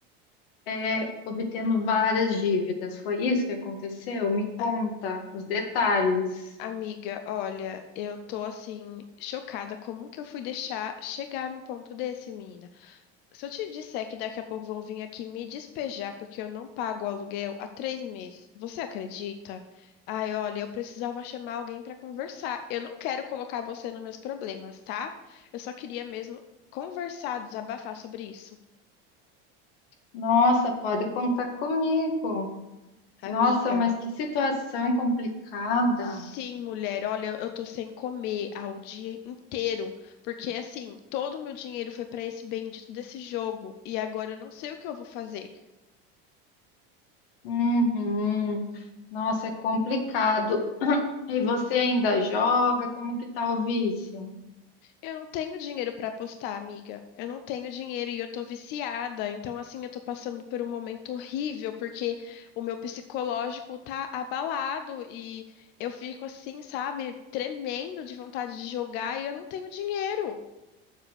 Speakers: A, on the left (about 75°); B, on the left (about 35°).
A: é, obtendo várias dívidas. Foi isso que aconteceu? Me conta
B: A-
A: os detalhes.
B: amiga, olha, eu tô assim chocada como que eu fui deixar chegar no ponto desse, menina? Se eu te disser que daqui a pouco vão vir aqui me despejar porque eu não pago o aluguel há três meses, você acredita? Ai, olha, eu precisava chamar alguém para conversar. Eu não quero colocar você nos meus problemas, tá? Eu só queria mesmo conversar, desabafar sobre isso.
A: Nossa, pode contar comigo.
B: Amiga,
A: Nossa, mas que situação complicada.
B: sim, mulher, olha, eu tô sem comer há o dia inteiro, porque assim, todo o meu dinheiro foi para esse bendito desse jogo e agora eu não sei o que eu vou fazer.
A: Uhum. Nossa, é complicado. E você ainda joga? Como que tá o vício?
B: Eu não tenho dinheiro pra apostar, amiga. Eu não tenho dinheiro e eu tô viciada. Então, assim, eu tô passando por um momento horrível porque o meu psicológico tá abalado e eu fico assim, sabe, tremendo de vontade de jogar e eu não tenho dinheiro.